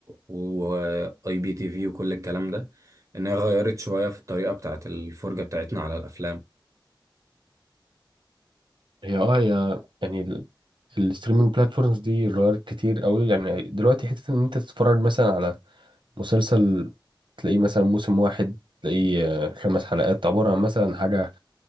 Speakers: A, on the right (about 40°); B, on the right (about 70°).
A: واي بي تي في وكل الكلام ده ان هي غيرت شوية في الطريقة بتاعت الفرجة بتاعتنا على الافلام
B: هي اه هي يعني الستريمينج بلاتفورمز دي غيرت كتير قوي يعني دلوقتي حتة ان انت تتفرج مثلا على مسلسل تلاقيه مثلا موسم واحد تلاقيه آه، خمس حلقات عبارة عن مثلا حاجة